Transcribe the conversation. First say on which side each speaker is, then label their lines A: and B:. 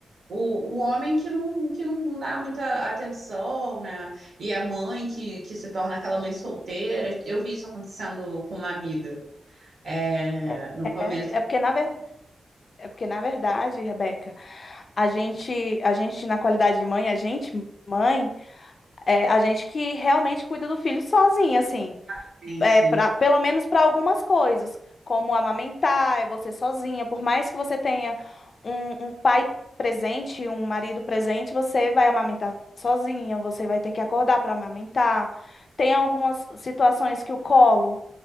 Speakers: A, on the right (about 65°); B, on the left (about 45°).
A: o, o homem que não, que não dá muita atenção, né? E a mãe que, que se torna aquela mãe solteira. Eu vi isso acontecendo com uma amiga é,
B: É
A: no começo
B: é
A: da
B: porque, na ver... é porque, na verdade, Rebeca, a gente, a gente na qualidade de mãe, a gente mãe, é a gente que realmente cuida do filho sozinha, assim.
A: experiência.
B: é, pra, pelo menos para algumas coisas, como amamentar, é você sozinha. Por mais que você tenha um, um pai presente, um marido presente, você vai amamentar sozinha, você vai ter que acordar para amamentar. Tem algumas situações que o colo,